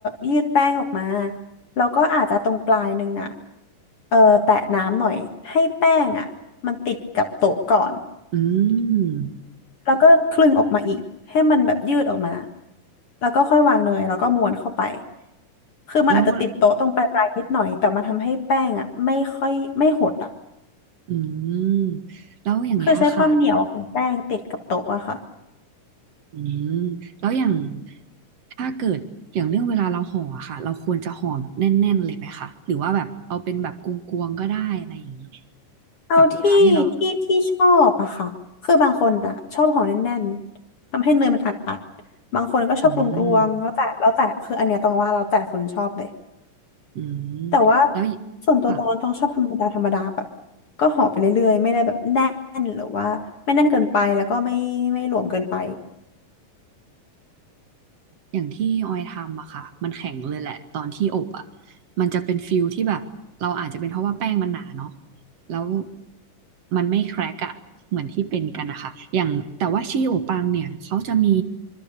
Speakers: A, on the left; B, on the right.
A: ยืดแป้งออกมาแล้วก็อาจจะตรงปลายหนึ่งอะเอ่อแตะน้ำหน่อยให้แป้งอะมันติดกับโต๊ะก่อน
B: อืม
A: แล้วก็คลึงออกมาอีกให้มันแบบยืดออกมาแล้วก็ค่อยวางเนยแล้วก็ม้วนเข้าไปคือมันอาจจะติดโต๊ะตรงปลายๆนิดหน่อยแต่มันทำให้แป้งอ่ะไม่ค่อยไม่หดอ่ะ
B: แล้วอืมแล้วอย่างเงี้ยค่ะ
A: คือใช้ความเหนียวของแป้งติดกับโต๊ะอะค่ะ
B: อืมแล้วอย่างถ้าเกิดอย่างเรื่องเวลาเราห่ออะค่ะเราควรจะห่อแบบแน่นๆเลยไหมคะหรือว่าแบบเอาเป็นแบบกลวงๆก็ได้อะไรอย่างนี้
A: เอาที่ที่ที่ชอบอะค่ะคือบางคนอะชอบห่อแน่นๆทำให้เนยมันอัดๆบางคนก็ชอบกลวงๆแล้วแต่แล้วแต่คืออันเนี้ยต้องว่าแล้วแต่คนชอบเลย
B: กับเวลาที่เราอืมอืม
A: แต่ว่า
B: แล้วอีกค่ะ
A: ส่วนตัวตองต้องชอบธรรมดาธรรมดาแบบก็ห่อไปเรื่อยๆไม่ได้แบบแน่นหรือว่าไม่แน่นเกินไปแล้วก็ไม่ไม่หลวมเกินไป
B: อย่างที่ออยทำอะค่ะ มันแข็งเลยแหละตอนที่อบอะมันจะเป็นฟิลที่แบบ เราอาจจะเป็นเพราะว่าแป้งมันหนาเนาะแล้วมันไม่แครกอะ เหมือนที่เป็นกันนะคะอย่างแต่ว่าชีโอปังเนี่ยเขาจะมี